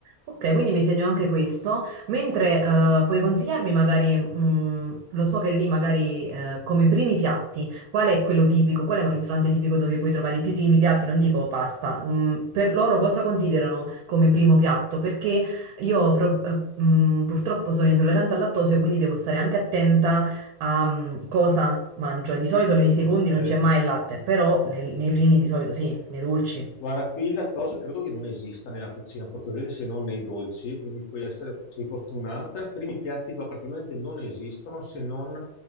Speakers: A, on the right (about 90°); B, on the left (about 65°).
A: Ok, quindi mi segno anche questo, mentre eh, puoi consigliarmi magari, mh, lo so che lì magari eh, come primi piatti, qual è quello tipico, qual è un ristorante tipico dove puoi trovare i primi piatti, non dico pasta, mm, per loro cosa considerano come primo piatto? Perché io pro- eh, mh, purtroppo sono intollerante al lattosio, quindi devo stare anche attenta a mh, cosa mangio e di solito nei secondi
B: Ok.
A: non c'è mai il latte, però nel- nei primi di solito sì, nei dolci.
B: Guarda, qui il lattosio credo che non esista nella cucina portoghese se non nei dolci, quindi puoi essere, sei fortunata. Primi piatti qua praticamente non esistono se non